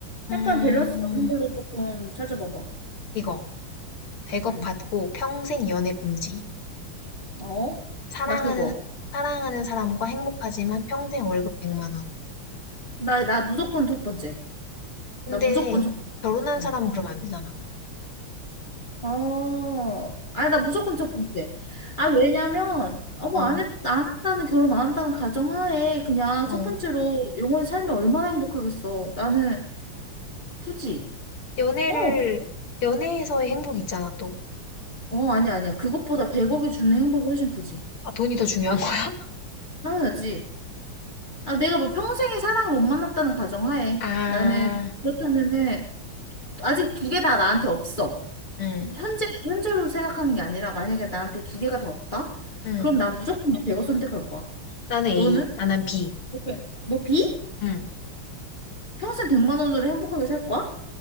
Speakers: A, on the left; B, on the left.
A: 음,
B: 약간 밸런스 맞는 걸로 조금 찾아봐봐.
A: 이거. 100억
B: 응,
A: 받고 평생 연애 금지.
B: 어?
A: 사랑하는,
B: 나 그거.
A: 사랑하는 사람과 행복하지만 평생 월급 100만 원.
B: 나, 나 무조건 첫 번째.
A: 근데
B: 나 무조건 첫 번째.
A: 결혼한
B: 어.
A: 사람은 그러면 안 되잖아.
B: 어, 아, 나 무조건 첫 번째. 아, 왜냐면, 어, 뭐,
A: 어,
B: 안 했, 안 한다는, 결혼 안 한다는 가정하에, 그냥
A: 어.
B: 첫 번째로 영원히 살면 얼마나 행복하겠어. 나는 굳이,
A: 연애를,
B: 어,
A: 연애에서의 행복이 있잖아, 또.
B: 어, 아니야, 아니야. 그것보다 100억이 주는 행복이 훨씬 크지.
A: 아, 돈이 더 중요한 거야.
B: 당연하지. 아, 내가 뭐 평생에 사랑을 못 만났다는 가정하에.
A: 아,
B: 나는 그렇다면은 아직 두 개 다 나한테 없어.
A: 응,
B: 현재, 현재로 생각하는 게 아니라 만약에 나한테 두 개가 다 없다?
A: 응.
B: 그럼 나 무조건 100억 선택할 거야.
A: 나는 A,
B: 너는?
A: 나는 B.
B: 왜? 너 비?
A: 응.
B: 평생 100만 원으로 행복하게 살 거야?